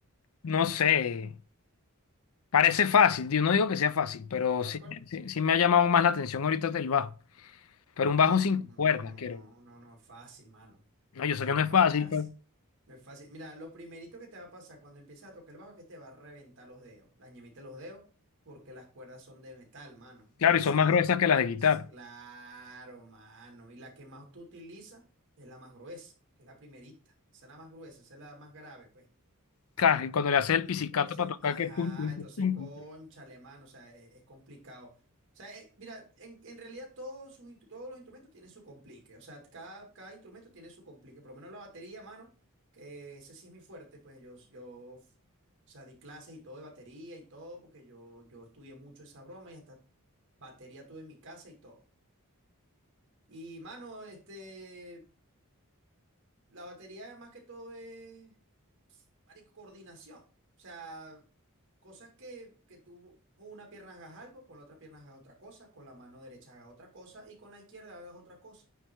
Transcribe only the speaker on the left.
no sé. Parece fácil, yo no digo que sea fácil, pero
sí,
sí, sí me ha llamado más la atención ahorita el bajo. Pero un bajo sin
cuerdas,
quiero.
No, yo
sé que
no
es fácil, pero
claro,
y son más gruesas
que las de guitarra.
Claro, y cuando le haces el
pizzicato para tocar
que pum, pum,
pum, pum,
pum.